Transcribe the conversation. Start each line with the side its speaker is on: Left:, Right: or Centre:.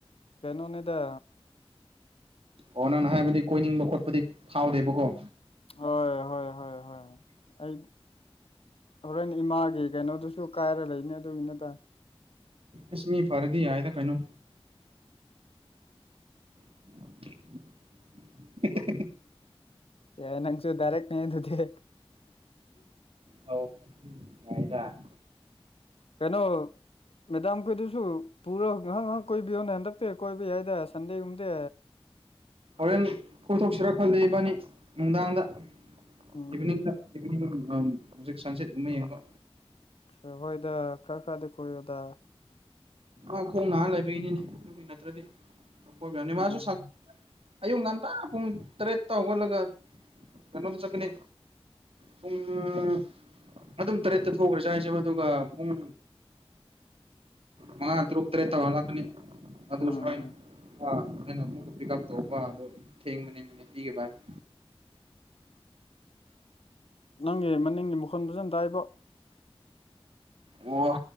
Left: ꯀꯩꯅꯣꯅꯦꯗ
Right: ꯑꯣ ꯅꯪꯅ ꯍꯥꯏꯕꯗꯤ ꯀꯣꯏꯅꯤꯡꯕ ꯈꯣꯠꯄꯗꯤ ꯐꯥꯎꯗꯦꯕꯀꯣ
Left: ꯍꯣꯏ ꯍꯣꯏ ꯍꯣꯏ ꯍꯣꯏ ꯑꯩ ꯍꯣꯔꯦꯟ ꯏꯃꯥꯒꯤ ꯀꯩꯅꯣꯗꯨꯁꯨ ꯀꯥꯏꯔ ꯂꯩꯅꯤ ꯑꯗꯨꯒꯤꯅ ꯇ
Right: ꯑꯁ ꯃꯤ ꯐꯔꯗꯤ ꯌꯥꯏꯗ ꯀꯩꯅꯣ <inaudible>
Left: ꯌꯥꯏ ꯅꯪꯁꯨ ꯗꯥꯏꯔꯛꯅꯦ ꯑꯗꯨꯗꯤ
Right: ꯑꯣ ꯌꯥꯏꯗꯥ
Left: ꯀꯩꯅꯣ ꯃꯦꯗꯥꯝꯈꯣꯏꯗꯨꯁꯨ ꯄꯨꯔ ꯉꯥꯏꯍꯥꯛ ꯉꯥꯏꯍꯥꯛ ꯀꯣꯏꯕꯤꯌꯣꯅꯦ ꯍꯟꯗꯛꯇꯤ ꯀꯣꯏꯕ ꯌꯥꯏꯗ ꯁꯟꯗꯦꯒꯨꯝꯕꯗꯤ
Right: ꯍꯣꯔꯦꯟ ꯀꯣꯏꯊꯣꯛꯁꯤꯔ ꯈꯂ ꯏꯕꯥꯅꯤ ꯅꯨꯡꯗꯥꯡꯗ
Left: <unintelligible>
Right: ꯏꯚꯤꯅꯤꯡꯗ ꯏꯚꯅꯤꯡ ꯍꯧꯖꯤꯛ ꯁꯟꯁꯦꯠ ꯒꯨꯝꯕ ꯌꯦꯡꯕ
Left: ꯑ ꯍꯣꯏꯗ ꯈꯔ ꯈꯔꯗꯤ ꯀꯣꯏ ꯑꯣꯗꯥ
Right: ꯑ ꯈꯣꯡ ꯅꯥ ꯂꯩꯕꯒꯤꯅꯤꯅꯦ ꯑꯗꯨꯒꯤ ꯅꯠꯇ꯭ꯔꯗꯤ ꯀꯣꯏꯕꯅꯤ
Left: ꯎꯝ
Right: ꯃꯥꯁꯨ ꯁꯪ ꯑꯌꯨꯛ ꯉꯟꯇꯥ ꯄꯨꯡ ꯇꯔꯦꯠꯇ ꯍꯧꯒꯠꯂꯒ ꯀꯩꯅꯣꯗ ꯆꯠꯀꯅꯤ ꯄꯨꯡ ꯑꯗꯨꯝ ꯇꯔꯦꯠꯇ ꯊꯣꯛꯈ꯭ꯔꯁꯨ ꯌꯥꯏ ꯑꯗꯨꯒ ꯄꯨꯡ ꯃꯉꯥ ꯇꯔꯨꯛ ꯇꯔꯦꯠ ꯇꯧꯍꯜꯂꯛꯀꯅꯤ ꯑꯗꯨꯁꯨ
Left: ꯎꯝ
Right: ꯑꯩꯅ ꯑ ꯑꯩꯅ ꯑꯃꯨꯛꯀ ꯄꯤꯛ ꯑꯞ ꯇꯧꯕ ꯑꯗꯣ ꯊꯦꯡꯕꯅꯦ ꯅꯣꯃꯤꯠꯇꯤ ꯚꯥꯏ <inaudible>
Left: ꯅꯪꯒꯤ ꯃꯅꯤꯡꯒꯤ ꯃꯈꯨꯟ ꯐꯖꯅ ꯇꯏꯕꯣ꯫
Right: ꯑꯣ